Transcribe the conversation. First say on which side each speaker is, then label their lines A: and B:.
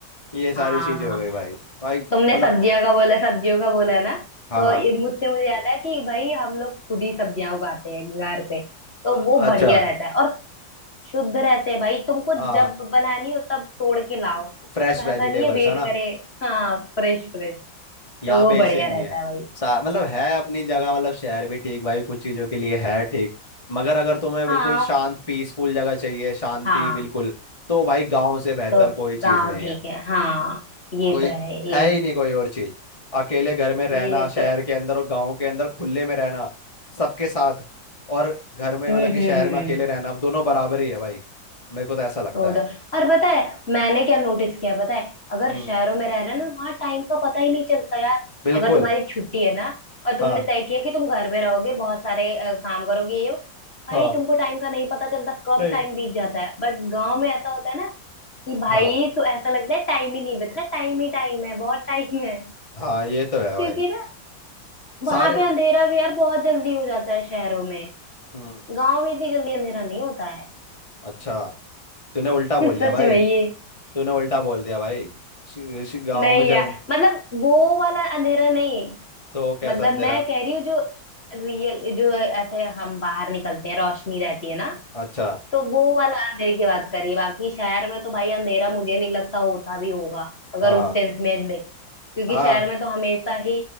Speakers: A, on the left; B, on the left.
A: ये सारी
B: हाँ
A: चीजें
B: हाँ
A: हो गई भाई भाई
B: तुमने
A: मतलब
B: सब्जियां का बोला सब्जियों का बोला ना
A: हाँ
B: तो ये मुझसे मुझे याद है कि भाई हम लोग खुद ही सब्जियां उगाते हैं घर पे तो
A: अ-
B: वो
A: अच्छा
B: बढ़िया रहता है और शुद्ध रहते हैं भाई तुमको
A: हाँ
B: जब बनानी हो तब तोड़ के लाओ तो
A: फ्रेश
B: ऐसा
A: वेजिटेबल्स
B: नहीं है वेट
A: है ना
B: करे हाँ फ्रेश फ्रेश
A: यहाँ
B: तो वो
A: पे
B: बढ़िया
A: ऐसे नहीं
B: रहता
A: है
B: है भाई
A: सा- मतलब है अपनी जगह मतलब शहर भी ठीक भाई कुछ चीजों के लिए है ठीक मगर अगर तुम्हें बिल्कुल
B: हाँ
A: शांत पीसफुल जगह चाहिए शांति
B: हाँ
A: बिल्कुल तो भाई गांव से बेहतर
B: तो
A: कोई चीज
B: गाँव
A: नहीं
B: ठीक
A: है
B: है हाँ ये
A: कोई
B: तो है ये
A: है ही नहीं कोई और चीज अकेले घर में रहना
B: ये
A: शहर
B: तो
A: के अंदर और गांव के अंदर खुले में रहना सबके साथ और घर में
B: हम्म
A: मतलब कि
B: हम्म
A: शहर
B: हम्म
A: में अकेले रहना अब दोनों बराबर ही है भाई मेरे को तो ऐसा लगता
B: वो
A: है
B: तो और पता है मैंने क्या नोटिस किया है, पता है अगर
A: हम्म
B: शहरों में रह रहे हैं ना वहां टाइम का पता ही नहीं चलता यार
A: बिल्कुल
B: अगर तुम्हारी छुट्टी है ना और तुमने
A: हाँ
B: तय किया कि तुम घर पे रहोगे बहुत सारे अ, काम करोगे ये वो, भाई
A: हाँ
B: तुमको टाइम का नहीं पता चलता कब
A: नहीं
B: टाइम बीत जाता है बट गांव में ऐसा होता है ना कि भाई
A: हाँ
B: तो ऐसा लगता है टाइम ही नहीं बीत रहा टाइम ही टाइम है बहुत टाइम है
A: हाँ ये तो है
B: क्योंकि
A: भाई
B: ना वहां
A: सारे
B: पे अंधेरा भी यार बहुत जल्दी हो जाता है शहरों में
A: हम्म
B: गांव में इतनी जल्दी अंधेरा नहीं होता है
A: अच्छा तूने उल्टा
B: <laughs>
A: बोल दिया
B: सच
A: भाई
B: में ये
A: तूने उल्टा बोल दिया भाई सी- सी- गाँव
B: नहीं
A: में जा
B: यार मतलब वो वाला अंधेरा नहीं
A: तो कैसा
B: मतलब
A: अंधेरा
B: मैं कह रही हूँ जो रियल जो ऐसे हम बाहर निकलते हैं रोशनी रहती है ना
A: अच्छा
B: तो वो वाला अंधेरे की बात कर रही है बाकी शहर में तो भाई अंधेरा मुझे नहीं लगता होता भी होगा अगर
A: हाँ
B: उस सेंस में देखें क्योंकि
A: हाँ
B: शहर में तो हमेशा ही